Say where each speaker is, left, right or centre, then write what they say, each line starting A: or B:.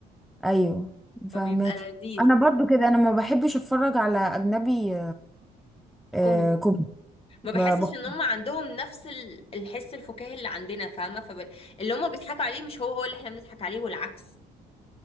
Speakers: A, in the centre; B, on the left (about 35°).
A: ايوه فاهماكي
B: فبيبقى لذيذ
A: انا برضو كده انا ما بحبش اتفرج على اجنبي آه
B: كوميدي
A: كوميدي
B: ما بحسش
A: ما بقدر-
B: ان هم عندهم نفس ال- الحس الفكاهي اللي عندنا فاهمة فب... اللي هم بيضحكوا عليه مش هو هو اللي احنا بنضحك عليه والعكس